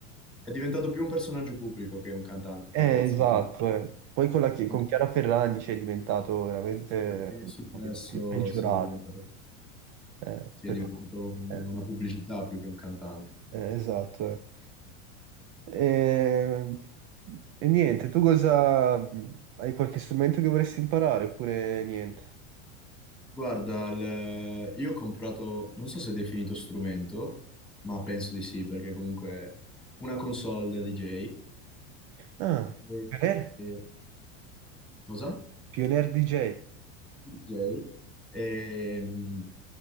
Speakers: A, in the centre; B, on the right.
A: È diventato più un personaggio pubblico che un cantante
B: eh,
A: Fedez
B: esatto,
A: ultimamente.
B: eh. Poi con, la chi- con
A: Anche
B: Chiara Ferragni cioè, è diventato veramente
A: Il successo,
B: pe- pe- peggiorato.
A: sì, è diventato,
B: Eh,
A: sì,
B: per
A: è diventato
B: fa-
A: un-
B: eh,
A: una pubblicità più che un cantante.
B: eh, esatto. eh. E, e niente, tu cosa... Hai qualche strumento che vorresti imparare oppure niente?
A: Guarda, il- io ho comprato, non so se è definito strumento, ma penso di sì, perché comunque è una console da DJ.
B: Ah,
A: E-
B: Pioneer?
A: e- cosa?
B: Pioneer DJ.
A: DJ. E, mm,